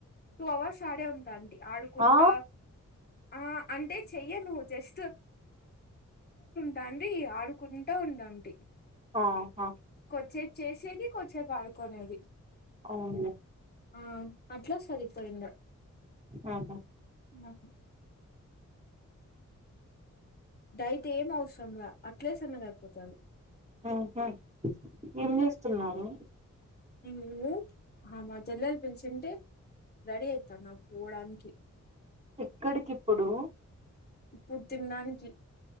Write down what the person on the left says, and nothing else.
టు అవర్స్ ఆడే ఉంటాంటి ఆడుకుంటా
ఆహ్ అంటే చెయ్యను జస్ట్ తాండ్రి ఆడుకుంటా ఉండడి
కొచ్చే చేసేది కాసేపు ఆడుకునేది
ఆ అట్లా సరిపోయింద
ఆ డైట్ ఏం అవసరంలా అట్లే సన్నగయిపోతారు
నువ్వు మా చెల్లెలు పిలిచింటే రెడీ అవుతాన్న పోవడానికి
ఇప్పుడు తినడానికి